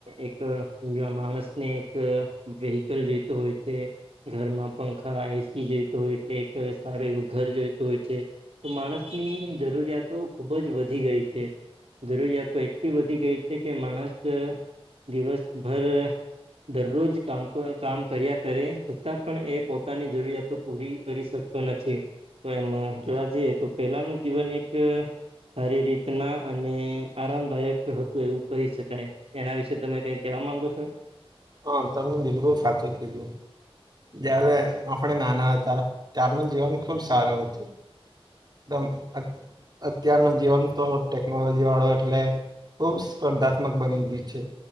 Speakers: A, on the right; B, on the right.
A: એક માણસને એક વેહિકલ જોઈતો હોય છે. ઘરમાં પંખા એસી જોઈતો હોય છે, કે સારું એવું ઘર જોઈતું હોય છે. તો માણસની જરૂરિયાતો ખુબ જ વધી ગઈ છે. જરૂરિયાતો તો એક્ટ વધી ગઈ છે, કે માણસ દિવસભર. દરરોજ કામ કામ કર્યા કરે, છતાં પણ એ પોતાની જરૂરિયાતો પૂરી કરી શકે. તો નથી, તો એમ જોવા જઈએ તો, પેલાનું જીવન એક સારી રીતના અને આરામદાયક હતું, એવું કહી શકાય એના વિશે? તો તમે કઈ કેવા માંગો છો.
B: હા તમે બિલકુલ સાચું કીધું. જય્યારે આપણે નાના હતા ત્યારનું જીવન ખુબ સારું હતું. તમ અત અત્યાર નો જીવન તો ટેકનોલોજી વાળો એટલે ખુબ સ્પર્ધાત્મક બની ગઇ છે